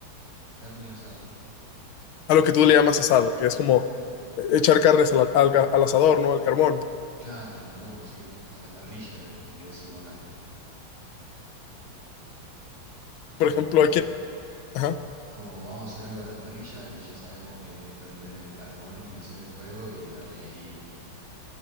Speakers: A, on the right; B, on the left.
A: Carne asada.
B: a lo que tú le llamas asado, que es como echar carnes al, al ga- al asador, ¿no? Al carbón.
A: Claro, al carbón, sí, a la parrilla le, le decimos acá. Como,
B: Por ejemplo, aquí... Ajá.
A: como vamos a hacer algo a la parrilla y ya sabemos que es prender el carbón y hacer el fuego y darle ahí